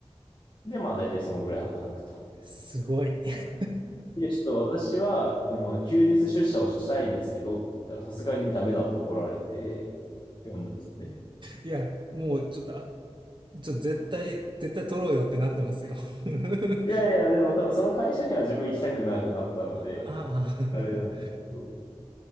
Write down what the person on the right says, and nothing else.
すごい。<laughs>
いや、もうちょっと、あちょ、絶対、絶対取ろうよってなってますよ。<laughs>
あ、あ